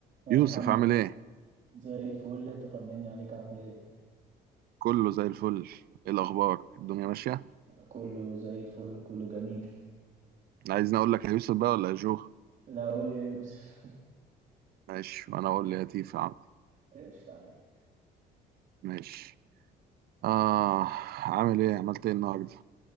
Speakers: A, on the right; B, on the right.
A: يا
B: يوسف
A: محمد
B: عامل ايه؟
A: زي الفل انت طمني عليك عامل ايه
B: كله زي الفل، ايه الأخبار؟ الدنيا ماشية؟
A: كله زي الفل كله جميل
B: عايزني أقول لك يا يوسف بقى ولا يا جو؟
A: لا قول لي يا يوسف
B: ماشي وأنا أقول ليتيف يا تيفا. عم
A: <laughs> ايش عليك
B: ماشي آه عامل ايه؟ عملت ايه النهاردة؟